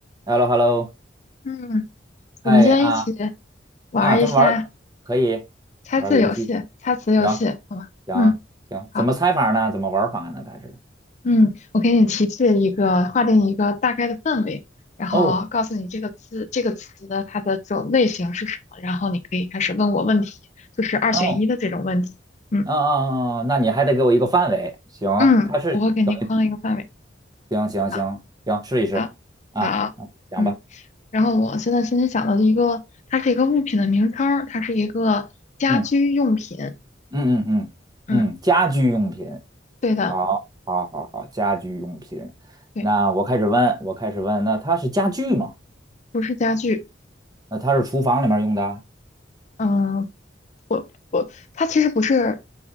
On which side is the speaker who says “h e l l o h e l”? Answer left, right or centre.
Right